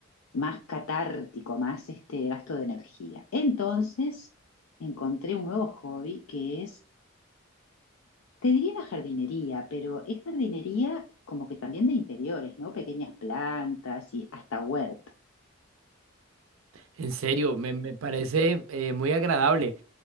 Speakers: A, on the left (about 80°); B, on the right (about 75°).
A: más catártico, más este gasto de energía. Entonces encontré un nuevo hobby que es, te diría la jardinería, pero es jardinería como que también de interiores, ¿no? Pequeñas plantas y hasta huerta.
B: En serio, me, me parece eh, muy agradable.